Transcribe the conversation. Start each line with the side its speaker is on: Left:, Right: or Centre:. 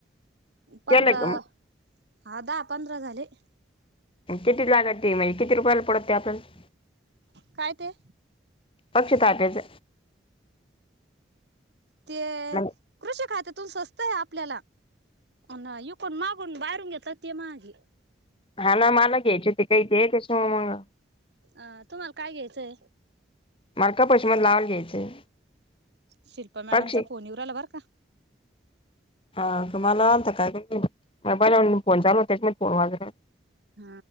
Right: पंधरा
Left: केलं का मग?
Right: हा दहा पंधरा झाले.
Left: किती लागा त म्हणजे किती रुपयाला पडत ते आपल्याला
Right: काय ते
Left: पक्षी तात्याचं
Right: ते
Left: म्हण
Right: कृषी खात्यातून स्वस्त आहे आपल्याला पण इकून मागून बाहेरून घेतात ते माग आहे.
Left: हा ना मला घ्यायचे ते काही ते त्यास मग
Right: अ तुम्हाला काय घ्यायचंय?
Left: मला कपशी मध लावल घ्यायचंय.
Right: शिल्पा मॅडमचा
Left: पक्षी
Right: फोनवर येऊ रायला बरं का!
Left: हा तुम्हाला आलताकाय <unintelligible> फोन चालू होते त्यात माझं काय?
Right: हा,